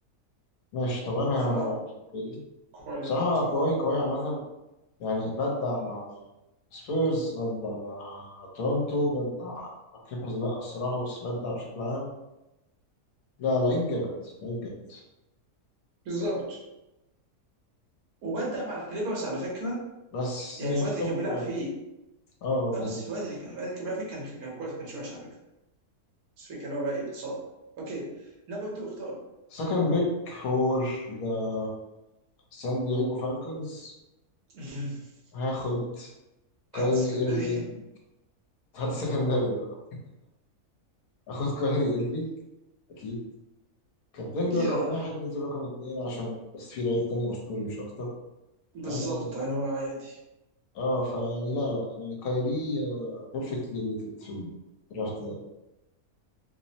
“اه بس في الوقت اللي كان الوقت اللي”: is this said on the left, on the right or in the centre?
Right